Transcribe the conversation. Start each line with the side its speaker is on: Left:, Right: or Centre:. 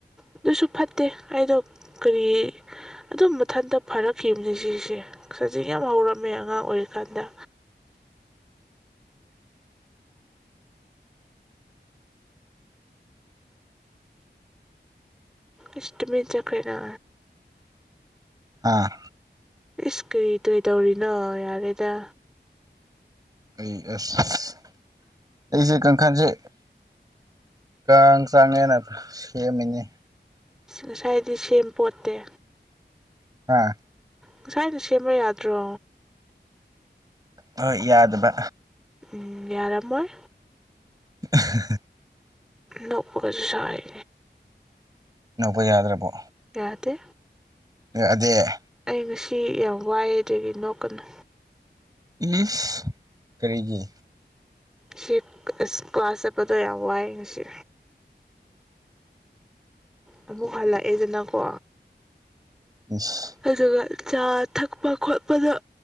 Centre: ꯑꯗꯨꯁꯨ ꯐꯠꯇꯦ ꯑꯩꯗꯣ ꯀꯔꯤ ꯑꯗꯨꯝ ꯃꯊꯟꯇ ꯐꯥꯔꯛꯈꯤꯕꯅꯤ ꯁꯤꯖꯦ ꯁꯖꯤꯡ ꯌꯥꯝ ꯍꯧꯔꯝꯃꯦ ꯑꯉꯥꯡ ꯑꯣꯏꯔꯤꯀꯥꯟꯗ
Right: INAUDIBLE
Centre: ꯏꯁ ꯇꯨꯃꯤꯟ ꯆꯠꯈ꯭ꯔꯦꯅ
Right: ꯑꯥꯑꯥ
Centre: ꯏꯁ ꯀ꯭ꯔꯤ ꯀ꯭ꯔꯤ ꯇꯧꯔꯤꯅꯣ ꯌꯥꯔꯦꯗ
Right: ꯑꯩ ꯑꯥꯁ ꯁꯁ ꯑꯩꯖꯦ ꯀꯥꯡꯈꯜꯁꯦ ꯀꯥꯡ ꯆꯥꯡꯉꯦꯅ ꯁꯦꯝꯃꯤꯅꯤ
Centre: ꯉꯁꯥꯏꯗꯤ ꯁꯦꯝꯄꯣꯠꯇꯦ
Right: ꯍꯥꯑꯥ
Centre: ꯉꯁꯥꯏꯅ ꯁꯦꯝꯕꯌꯥꯗ꯭ꯔꯣ
Right: ꯍꯣꯏ ꯌꯥꯗꯕ
Centre: ꯎꯎꯪ ꯌꯥꯔꯝꯃꯣꯏ
Right: INAUDIBLE
Centre: ꯅꯣꯛꯄꯒꯁꯥꯏ
Right: ꯅꯣꯛꯄ ꯌꯥꯗ꯭ꯔꯕꯣ
Centre: ꯌꯥꯗꯦ
Right: ꯌꯥꯗꯦꯑꯦ
Centre: ꯑꯩ ꯉꯁꯤ ꯌꯥꯝ ꯋꯥꯏꯌꯦ ꯑꯗꯨꯒꯤ ꯅꯣꯛꯀꯅꯨ
Right: ꯢꯏꯁ ꯀꯔꯤꯒꯤ
Centre: ꯁꯤ ꯀ꯭ꯂꯥꯁ ꯆꯠꯄꯗꯣ ꯌꯥꯝ ꯋꯥꯏꯌꯦ ꯉꯁꯤ ꯑꯃꯨꯛ ꯍꯜꯂꯛꯑꯦꯗꯅꯀꯣ
Right: ꯏꯁ
Centre: ꯑꯗꯨꯒ ꯆꯥ ꯊꯛꯄ꯭-ꯈꯣꯠꯄꯗ